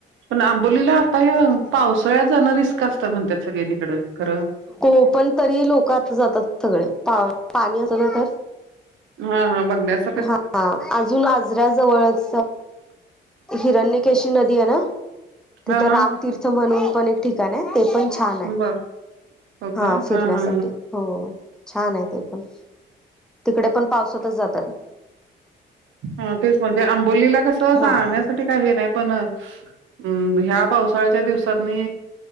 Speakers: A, on the right; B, in the centre.
A: पण आंबोलीला आता ह्या पावसाळ्यात जाणं रिस्क असत म्हणत्यात सगळी तिकड खरं.
B: हो पण तरी लोक आता जातात सगळे पा पाणी असल तर.
A: हां हां बघण्यास
B: हा अजून आजरा जवळच. हिरण्यकेशी नदी हेना ना तिथं
A: हा हा
B: रामतीर्थ म्हणून पण एक ठिकाण आहे ते पण छान आहे,
A: बर हो
B: हा
A: का
B: फिरण्यासाठी
A: हा
B: हो छान आहे ते पण तिकडे पण पावसातच जातात.
A: हा तेच म्हणजे आंबोलीला कसं
B: हा
A: जाळण्यासाठी काय हे नाही पण. हम्म ह्या पावसाळ्याच्या दिवसात मी.